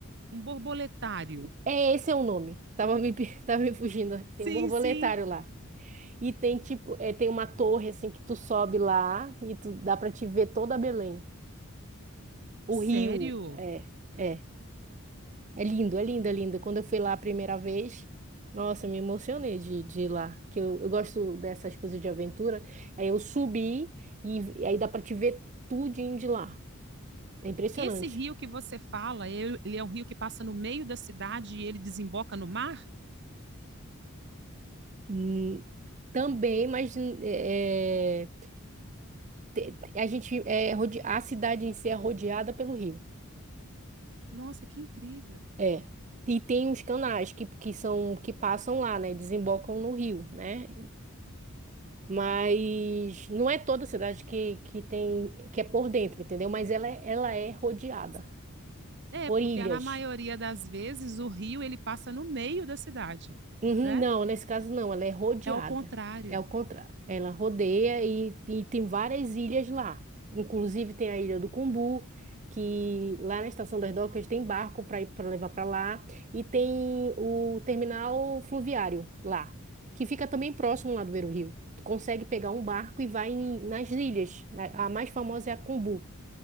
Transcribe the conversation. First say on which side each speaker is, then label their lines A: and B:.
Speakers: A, on the right; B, on the right.
A: Um borboletário.
B: É, esse é o nome. Tava me, pe- <laughs> tava me fugindo. Tem
A: Sim,
B: um borboletário
A: sim.
B: lá. E tem tipo, é, tem uma torre assim que tu sobe lá e tu dá pra te ver toda Belém. O
A: Sério?
B: rio, é. é. É lindo, é lindo, é lindo. Quando eu fui lá a primeira vez, nossa, eu me emocionei de, de ir lá, que eu, eu gosto dessas coisas de aventura. Aí eu subi e, e aí dá para te ver tudinho de lá. É impressionante.
A: Esse rio que você fala, ele ele é um rio que passa no meio da cidade e ele desemboca no mar?
B: Hum, também, mas hum, é, te- a gente é rode- a cidade em si é rodeada pelo rio.
A: Nossa, que incrível.
B: É. E tem os canais que, que são que passam lá, né? Desembocam no rio, né? Mas não é toda cidade que, que tem que é por dentro, entendeu? Mas ela, é- ela é rodeada
A: É,
B: por
A: porque
B: ilhas.
A: na maioria das vezes o rio ele passa no meio da cidade,
B: Uhum,
A: né?
B: não, nesse caso não, ela é rodeada.
A: É ao contrário.
B: É o contrário. Ela rodeia e, e tem várias ilhas lá. Inclusive tem a Ilha do Cumbu, que lá na Estação das Docas tem barco para ir para levar para lá e tem o terminal fluviário lá, que fica também próximo lá do Beira-Rio. Tu consegue pegar um barco e vai em- nas ilhas. A, a mais famosa é a Cumbu.